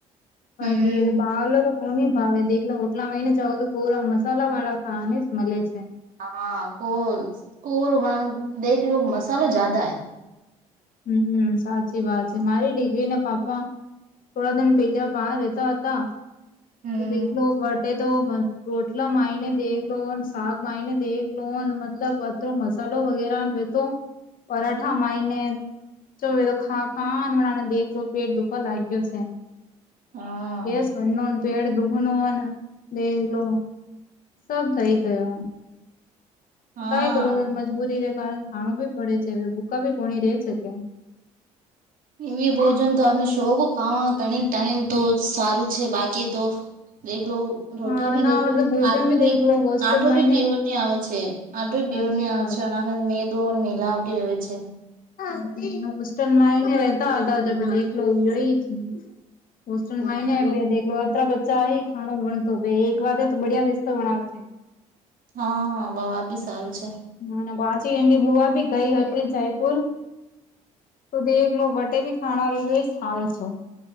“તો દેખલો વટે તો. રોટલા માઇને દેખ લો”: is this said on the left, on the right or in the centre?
Left